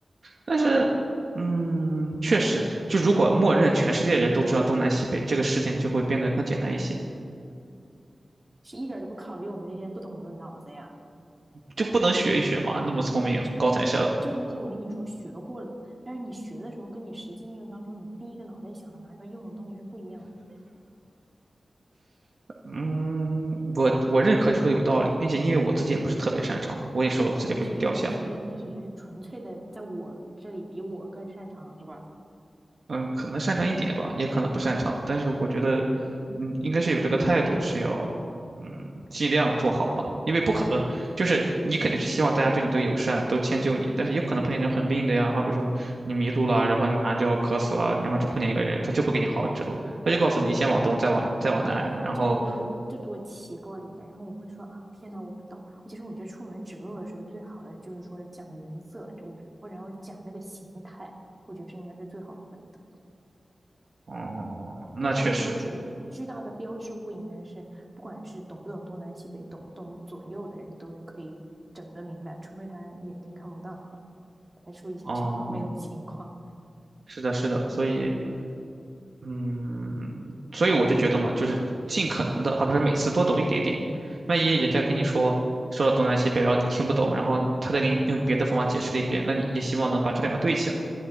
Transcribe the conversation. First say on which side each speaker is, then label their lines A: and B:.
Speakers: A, on the right; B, on the right.
A: 但是，嗯，确实，就如果默认全世界人都知道东南西北，这个事情就会变得更简单一些，
B: 是一点都不考虑我们这些不懂的脑子呀。
A: 就不能学一学嘛？那么聪明，
B: 这个东西，
A: 高材生。
B: 这个东西我跟你说学过了，但是你学的时候跟你实际应用当中，你第一个脑袋想要拿出来用的东西是不一样
A: 嗯，我我认可你说的有道理，并且因为我自己也不是特别擅长嘛，我也说了我自己会掉像，
B: 的。你只是你只是你只是纯粹的在我这里比我更擅长是吧？
A: 嗯，可能擅长一点吧，也可能不擅长，但是我觉得，嗯，应该是有这个态度，是要，嗯，尽量做好吧，因为不可能，就是你肯定是希望大家对你都友善，都迁就你，但是也可能碰见那种很病的呀，好比说你迷路了，然后你马上就要渴死了，然后就碰见一个人，他就不给你好好指路，他就告诉你先往东，再往再往南，
B: 对啊，
A: 然后，
B: 这多这多奇怪呀！然后我会说啊，天呐，我不懂。其实我觉得出门指路的时候，最好的就是说讲颜色，我觉或者然后讲那个形态，我觉得这应该是最好分的。
A: 哦，那确实，
B: 巨大的标志物，巨大的标志物应该是不管是懂不懂东南西北，懂不懂左右的人都是可以整得明白，除非他眼睛看不到哈，排除一些
A: 哦。
B: <laughs> 这方面的情况。
A: 是的，是的，所以，嗯，所以我就觉得嘛，就是尽可能的，而不是每次多懂一点点。万一人家跟你说说了东南西北，然后你听不懂，然后他再给你用别的方法解释了一遍，那你也希望能把这两个对起来。